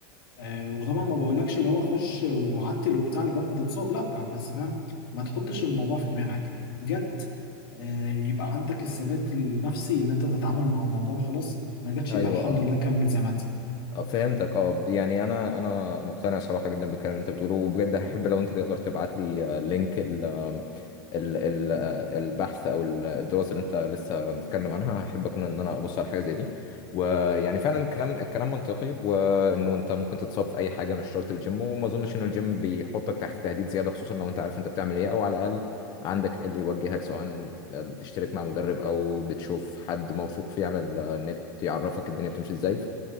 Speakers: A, on the left; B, on the left.
A: آه وطبعا ما بقولكش اللي هو خش وعتل وبتاع لغايه ما تتصاب لا بس فاهم ما تحطش الموضوع في دماغك جت آه يبقى عندك الثبات النفسي ان انت تتعامل مع الموضوع خلاص ما جاتش
B: ايوه
A: يبقى الحمد
B: اه
A: لله كمل زي ما انت
B: آه، فهمتك اه يعني انا انا مقتنع صراحه جدا بالكلام اللي انت بتقوله وبجد هحب لو انت تقدر تبعت لي آه، لينك ال آم، ال ال آه، البحث او ال- الدراسه اللي انت لسه متكلم عنها هحب اكون ان انا ابص على حاجه زي دي ويعني فعلا الكلام الكلام منطقي وانه انت ممكن تتصاب في اي حاجه مش شرط الجيم وما اظنش ان الجيم بيحطك تحت تهديد زياده خصوصا لو انت عارف انت بتعمل ايه او على الاقل عندك اللي يوجهك سواء بتشترك مع مدرب او بتشوف حد موثوق فيه على النت يعرفك الدنيا بتمشي ازاي